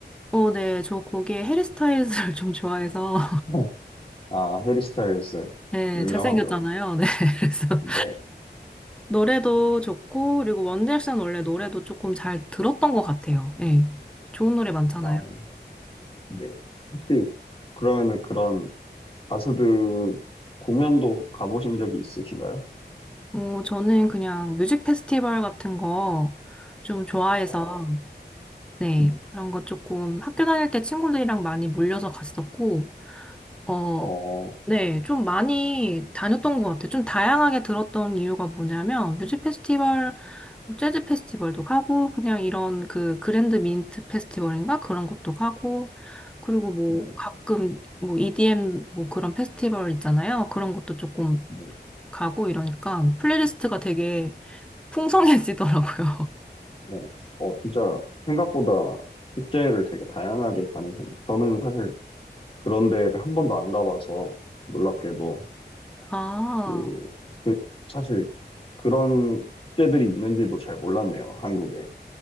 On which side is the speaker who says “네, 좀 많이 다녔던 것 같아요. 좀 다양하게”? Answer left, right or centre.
Centre